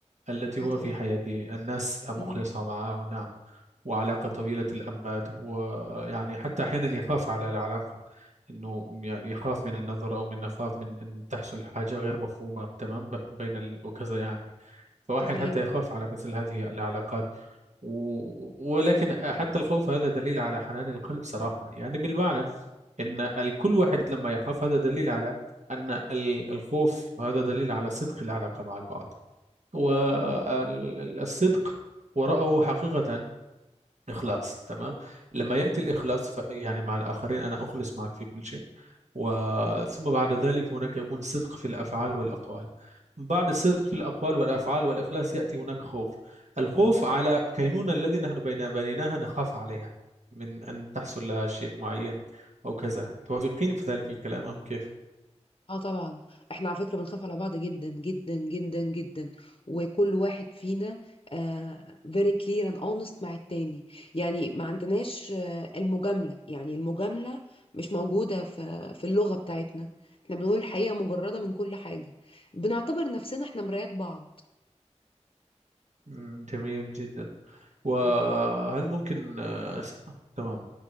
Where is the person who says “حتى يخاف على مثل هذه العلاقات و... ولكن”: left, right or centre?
Right